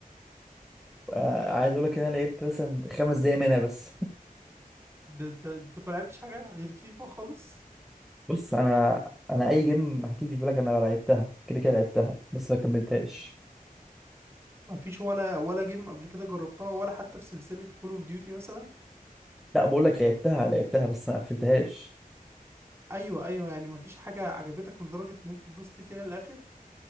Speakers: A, in the centre; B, on the right.
A: آه، عايز اقول لك ان انا لعبت مثلا خمس دقايق منها بس
B: ده انت انت ما لعبتش حاجه غير فيفا خالص
A: <laughs> بص انا انا اي جيم هتيجي في بالك انا لعبتها كده كده لعبتها بس ما كملتهاش
B: ما فيش ولا ولا جيم قبل كده جربتها ولا حتى في سلسله كول اوف ديوتي مثلا
A: لا بقول لك لعبتها لعبتها بس ما قفلتهاش
B: ايوه ايوه يعني ما فيش حاجه عجبتك لدرجه ان انت دوست فيها للاخر